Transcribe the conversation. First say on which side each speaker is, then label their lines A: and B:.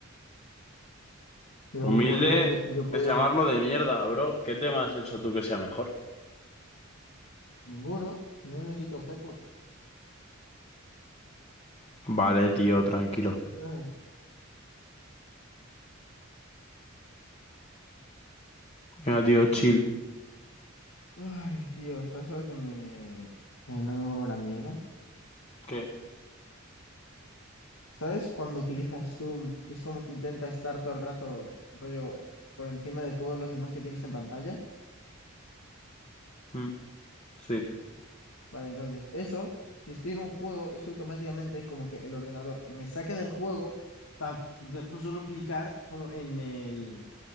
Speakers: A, on the left (about 80°); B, on the left (about 30°).
A: Y luego
B: Humilde
A: puedo dar mi... Yo puedo...
B: es llamarlo de mierda, bro. ¿Qué tema has hecho tú que sea mejor?
A: Ninguno. No necesito hacerlo.
B: Vale, tío, tranquilo.
A: ¿Sabes?
B: Mira, tío, chill.
A: Ay, tío. ¿Sabes algo que me... que no me mola una mierda?
B: ¿Qué?
A: ¿Sabes cuando utilizas Zoom? Que es como que intenta estar todo el rato, rollo, por encima de todos los demás que tienes en pantalla.
B: Mm, sí.
A: Vale, entonces eso, si estoy en un juego, eso automáticamente como que el ordenador me saca del juego para después solo clicar como en el,